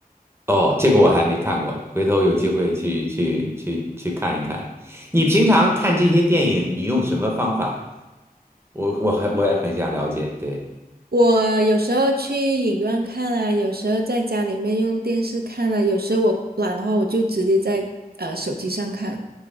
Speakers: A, on the right (about 15°); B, on the right (about 80°).
A: 哦，这个我还没看过，回头有机会去去去去看一看。你平常看这些电影，你用什么方法？我我很我也很想了解。对，
B: 我有时候去影院看啊，有时候在家里面用电视看啊，有时候我懒的话，我就直接在呃手机上看。